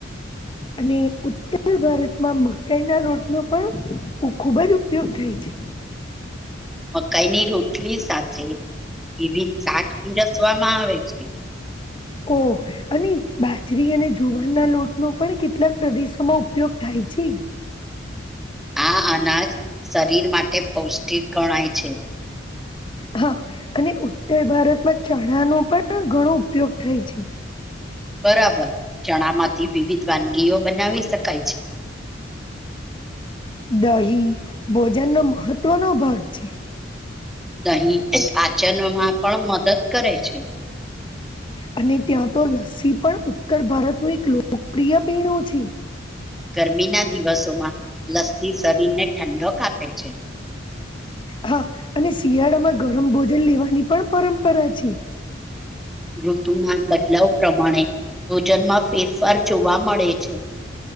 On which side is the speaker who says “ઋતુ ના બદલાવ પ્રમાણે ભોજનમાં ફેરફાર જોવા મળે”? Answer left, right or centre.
Centre